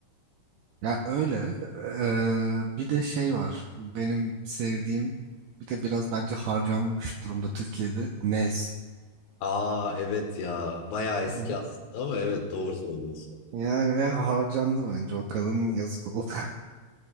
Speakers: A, on the right (about 80°); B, on the left (about 70°).
A: Ya öyle. Ee, bir de şey var. Benim sevdiğim bir de biraz bence harcanmış durumda Türkiye'de Nez.
B: Aa evet ya bayağı eski
A: Bu-
B: aslında ama evet doğru söylüyorsun.
A: Yani ve harcandı bence o kadın yazık oldu. <laughs>